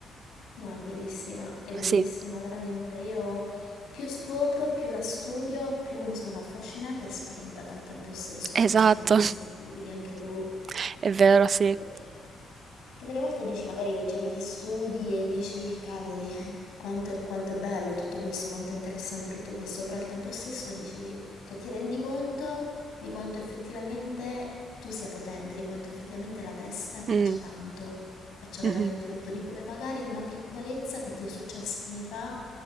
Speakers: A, on the left; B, on the right.
A: No, è bellissima, è bellissima
B: Sì,
A: veramente. Io più scopro, più la studio, più ne sono affascinata e spaventata al tempo stesso. Non
B: esatto.
A: so se è una cosa che condividi anche tu.
B: <laughs> È vero, sì.
A: Anche perché, perché delle volte dici, magari leggi degli studi e dici, cavoli, <laughs> quanto è, quanto è bello tutto questo, quanto è interessante tutto questo, però al tempo stesso dici, cioè ti rendi conto di quanto effettivamente tu sia potente, di quanto effettivamente la testa faccia
B: Mm.
A: tanto, faccia veramente
B: Mh-mh.
A: tutto, di come magari una piccolezza che ti è successa anni fa